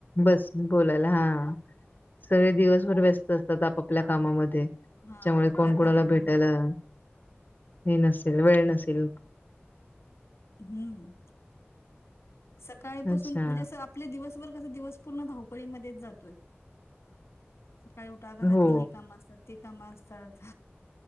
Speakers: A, on the left; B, on the left.
A: बस बोलायला हा सगळे दिवसभर व्यस्त असतात आपापल्या कामामध्ये त्यामुळे
B: हा आपापल्या
A: कोण कुणाला
B: कामामध्ये
A: भेटायला हे नसेल वेळ नसे. सिल्क
B: हम् सकाळीपासून
A: अच्छा
B: म्हणजे आपले दिवस <unintelligible> <unintelligible> दिवस पूर्ण धावपळीमध्येच जातोय. सकाळी उठा घरातली
A: हो
B: ही कामं असतात ती कामं असतात